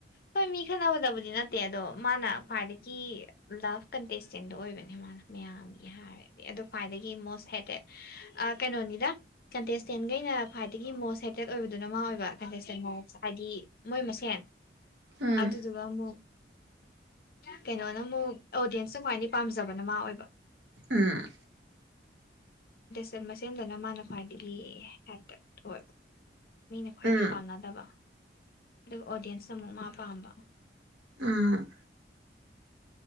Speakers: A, on the left; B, on the right.
A: ꯍꯣꯏ ꯃꯤ ꯈꯟꯅꯅꯕꯗꯕꯨꯗꯤ ꯅꯠꯇꯦ ꯑꯗꯣ ꯃꯥꯅ ꯈ꯭ꯋꯥꯏꯗꯒꯤ ꯂꯚ ꯀꯟꯇꯦꯁꯇꯦꯟꯗꯣ ꯑꯣꯏꯕꯅꯦ ꯃꯥꯅ ꯃꯌꯥꯝꯒꯤ ꯍꯥꯏꯔꯗꯤ ꯑꯗꯣ ꯈ꯭ꯋꯥꯏꯗꯒꯤ ꯃꯣꯁ ꯍꯦꯇꯦꯠ ꯀꯩꯅꯣꯅꯤꯗ ꯀꯟꯇꯦꯁꯇꯦꯟꯈꯩꯅ ꯈ꯭ꯋꯥꯏꯗꯒꯤ ꯃꯣꯁ ꯍꯦꯇꯦꯠ ꯑꯣꯏꯕꯗꯨꯅ ꯃꯥ ꯑꯣꯏꯕ ꯍꯥꯏꯗꯤ ꯃꯣꯏ ꯃꯁꯦꯟ
B: ꯎꯝ
A: ꯑꯗꯨꯗꯨ ꯋꯥꯃꯣ ꯀꯩꯅꯣꯅ ꯑꯃꯨꯛ ꯑꯣꯗꯤꯌꯦꯟꯁꯇ ꯈ꯭ꯋꯥꯏꯗꯒꯤ ꯄꯥꯝꯖꯕꯅ ꯃꯥ ꯑꯣꯏꯕ
B: ꯎꯝ
A: ꯃꯆꯦꯟ ꯃꯁꯦꯟꯗꯅ ꯃꯥꯅ ꯈ꯭ꯋꯥꯏꯗꯒꯤ ꯍꯦꯛꯇꯠ ꯑꯣꯏꯕ ꯈ꯭ꯋꯥꯏꯗꯩ
B: ꯎꯝ
A: ꯄꯥꯟꯅꯗꯕ ꯑꯗꯨ ꯑꯣꯗꯤꯟꯁꯅ ꯃꯨꯛ ꯃꯥ ꯄꯥꯝꯕ
B: ꯎꯝ